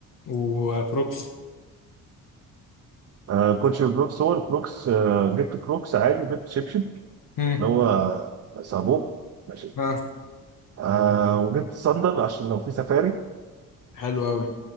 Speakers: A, on the left; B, on the right.
A: وكروكس
B: آه، كوتش وكروكس هو الكروكس آه، جبت كروكس عادي جبت شبشب
A: هم.
B: اللي هو صابون ماشي
A: ها
B: آه، وجبت صندل عشان لو في سفاري
A: حلو قوي